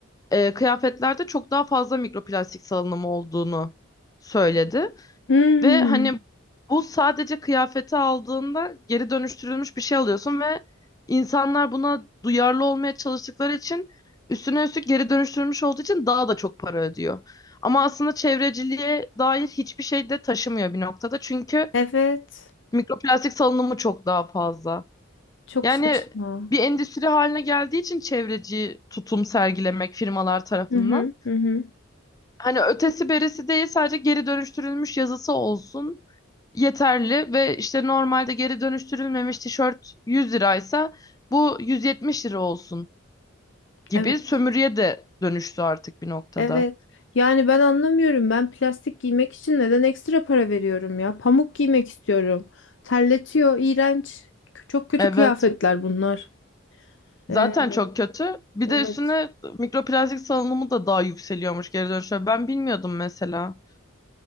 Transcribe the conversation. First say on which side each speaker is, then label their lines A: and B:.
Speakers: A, on the left; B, on the left.
A: e, kıyafetlerde çok daha fazla mikroplastik salınımı olduğunu söyledi.
B: Hmm,
A: Ve hani bu sadece kıyafeti aldığında geri dönüştürülmüş bir şey alıyorsun ve insanlar buna duyarlı olmaya çalıştıkları için üstüne üstlük geri dönüştürülmüş olduğu için daha da çok para ödüyor. Ama aslında çevreciliğe dair hiçbir şey de taşımıyor bir noktada. Çünkü
B: evet.
A: mikroplastik salınımı çok daha fazla.
B: Çok
A: Yani
B: saçma.
A: bir endüstri haline geldiği için çevreci tutum sergilemek firmalar tarafından
B: Hı hı, hı hı.
A: Hani ötesi berisi değil sadece geri dönüştürülmüş yazısı olsun yeterli ve işte normalde geri dönüştürülmemiş tişört 100 liraysa bu 170 lira olsun gibi
B: Evet.
A: sömürüye de dönüştü artık bir noktada.
B: Evet. Yani ben anlamıyorum. Ben plastik giymek için neden ekstra para veriyorum ya? Pamuk giymek istiyorum. Terletiyor, iğrenç. Çok kötü
A: Evet.
B: kıyafetler bunlar.
A: Zaten
B: Ee,
A: çok kötü. Bir
B: evet.
A: de üstüne mikroplastik salınımı da daha yükseliyormuş geri dönüşe. Ben bilmiyordum mesela.